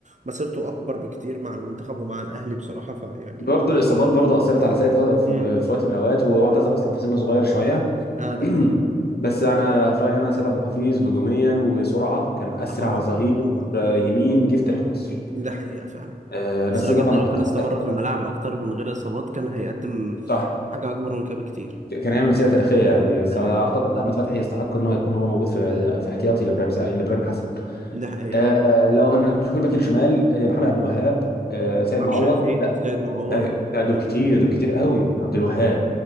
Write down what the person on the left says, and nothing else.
برضه الاصابات برضه اثرت على سيد ف- في
في وقت من الاوقات وهو اعتزل اصلا في سن صغير شويه
<clears throat>
بس انا في رايي انا سيد عبد الحفيظ هجوميا وسرعه كان اسرع
ظهير
آه، يمين جه في تاريخ مصر
آه، بس
طبعا
هحط
احمد
فتحي طبعا
صح
كان يعمل مسيره تاريخيه يعني بس
اعتقد
احمد فتحي يستحق ان هو يكون هو موجود في في احتياطي لابراهيم سع- لابراهيم حسن
آه لو هنشوف الباك الشمال آه، محمد عبد الوهاب آه سيد
معوض
لا
ده لا دول كتير دول كتير قوي عبد الوهاب